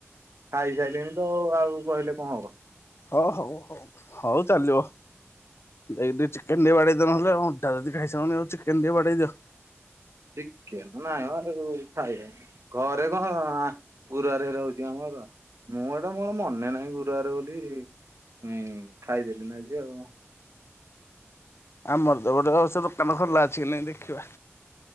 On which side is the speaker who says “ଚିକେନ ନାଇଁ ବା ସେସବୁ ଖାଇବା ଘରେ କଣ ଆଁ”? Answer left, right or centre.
Right